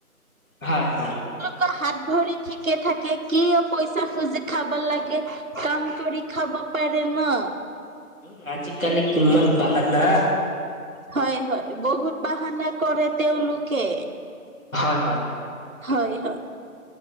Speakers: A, on the left; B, on the right.
A: হয় হয়
B: ক হাত ভৰি ঠিকে থাকে কিয় পইচা খুজি খাব লাগে? কাম কৰি খাব পাৰে ন।
A: উম আজি কালি কিমান বাহানা।
B: হয় হয় বহুত বাহানা কৰে তেওঁলোকে
A: হয়
B: হয় হয়